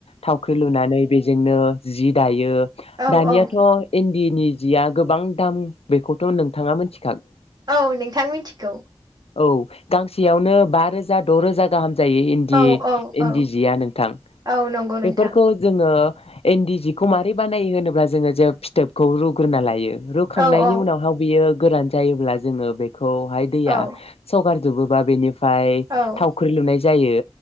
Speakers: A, on the left (about 85°); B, on the right (about 45°).
A: थावख्रि लुनानै बेजोंनो जि दायो
B: औ
A: दानियाथ'
B: औ
A: इन्दिनि जिया गोबां दाम बेखौथ' नोंथाङा मिथि
B: औ नोंथां मिथिगौ
A: औ गांसेयावनो बा रोजा द' रोजा गाहाम जायो इदि
B: औ औ औ
A: इन्दि जिया नोंथां
B: औ नंगौ नोंथां
A: बेफोरखौ जोङो इन्दि जिखौ मारै बानायो होनोब्ला जोङो जे फिथोबखौ रुग्रोना लायो रुखांनायनि
B: औ औ
A: उनावहा बियो गोरान जायोब्ला जोङो बे खौ हाय दैया
B: औ
A: सगार जोबोबा बेनि ओमफाय
B: औ
A: थावख्रि लुनाय जायो